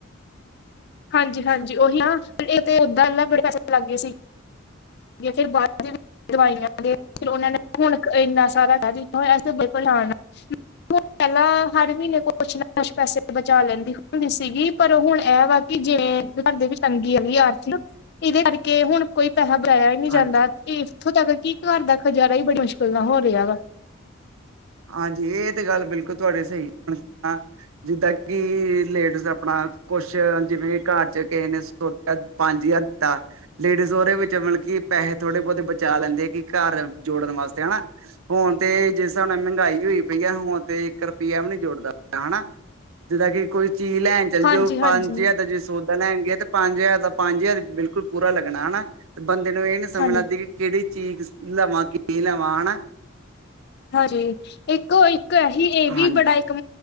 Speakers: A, on the left; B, on the right.
A: ਹਾਂਜੀ-ਹਾਂਜੀ, ਓਹੀ ਨਾ ਏ ਤੇ ਓਦਾਂ ਬੜੇ ਪੈਸੇ ਲੈਨ ਲਾਗੇ ਸੀ। ਜਾਂ ਫੇਰ ਬਾਰਾਂ ਦਿਨ ਦਵਾਈਆਂ ਤੇ ਓਨਾਂ ਨੇ ਹੁਨ ਏਨਾ ਸਾਰਾ ਕੈ ਦਿੱਤਾ ਹੋਏਆ ਅਸੀਂ ਤਾਂ ਬਈ ਪਠਾਨ ਆ। ਪੈਲਾਂ ਹਰ ਮੀਨੇ ਕੁਛ ਨਾ ਕੁਛ ਪੈਸੇ ਬਚਾ ਲੈਂਦੀ ਹੁੰਦੀ ਸੀਗੀ, ਪਰ ਹੁਨ ਐ ਵਾ ਕੀ ਜਿਵੇਂ ਵੀ ਘਰ ਦੇ ਵਿੱਚ ਤੰਗੀ ਹੈਗੀ ਆਰਥਿਕ, ਇਦੇ ਕਰਕੇ ਹੁਨ ਕੋਈ ਪੈਸਾ ਜਾਇਆ ਈ ਨਈ ਜਾਂਦਾ,
B: ਹਾਂਜੀ
A: ਇੱਥੋਂ ਤੱਕ ਕੇ ਘਰ ਦਾ ਗੁਜ਼ਾਰਾ ਈ ਬੜੀ ਮੁਸ਼ਕਿਲ ਨਾਲ ਹੋ ਰਿਆ ਵਾ।
B: ਹਾਂਜੀ ਏ ਤੇ ਗੱਲ ਬਿਲਕੁਲ ਤੁਆਡੀ ਸਈ ਏ। ਜਿੱਦਾਂ ਕੀ ਲੇਡੀਜ਼ ਆਪਨਾ ਕੁਛ ਜਿਵੇਂ ਘਰ ਚ ਕਿਸੇ ਨੇ ਟੋਟਾ ਪੰਜ ਜਾਰ ਦਿੱਤਾ। ਲੇਡੀਜ਼ ਓਦੇ ਵਿੱਚ ਮਤਲਬ ਕੇ ਪੈਸੇ ਥੋੜੇ ਬੋਤੇ ਬਚਾ ਲੈਂਦੇ ਕੇ ਘਰ ਜੋੜਨ ਵਾਸਤੇ ਹਨਾ। ਹੁਨ ਤੇ ਜਿਸ ਸਾਬ ਨਾਲ ਮੈਂਗਾਈ ਹੋਈ ਪਈ ਆ, ਹੁਨ ਤੇ ਇੱਕ ਰੁਪਇਆ ਵੀ ਨੀ ਜੁੜਦਾ ਪਿਆ ਹਨਾ। ਜਿੱਦਾਂ ਕੀ ਕੋਈ ਚੀਜ਼ ਲੈਨ ਚੱਲ
A: ਹਾਂਜੀ
B: ਜੋ
A: ਹਾਂਜੀ
B: ਪੰਜ ਜਾਰ ਤਾਂ ਜਿਸ ਸੌਦਾ ਲੈਨਗੇ ਤੇ ਪੰਜ ਜ਼ਾਰ ਦਾ ਪੰਜ ਜ਼ਾਰ ਬਿਲਕੁਲ ਪੂਰਾ ਲੱਗਨਾ ਹਨਾ, ਤੇ ਬੰਦੇ ਨੂੰ ਏ ਨੀ ਸਮਝ
A: ਹਾਂਜੀ
B: ਲੱਗਦੀ ਕੀ ਕੇੜੀ ਚੀਜ ਲਵਾਂ ਨਾ ਕੀ ਲਵਾਂ ਹਨਾ।
A: ਹਾਂਜੀ, ਇੱਕੋ ਇੱਕ ਸੀ ਏ
B: ਹਾਂਜੀ
A: ਵੀ ਬੜਾ ਇੱਕ ਅ